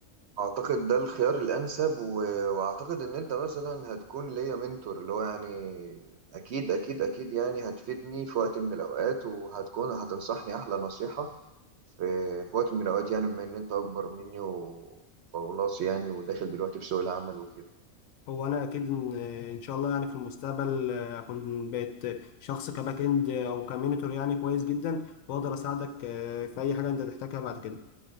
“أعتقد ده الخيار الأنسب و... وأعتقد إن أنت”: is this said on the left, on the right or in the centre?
Right